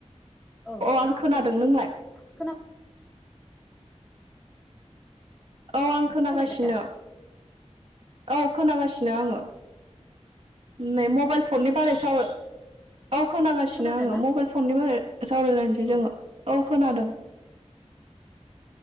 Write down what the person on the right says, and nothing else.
आं
खोनादों नोंलाय
औ आं खोनागासिनो
औ। खोनांगासिनो आङो नै मबाइल फननि बारै साव। औ खोनागासिनो
आङो
मबाइल फननि बारै सावरायलायनोसै
जोङो औ खोनादों। <inaudible>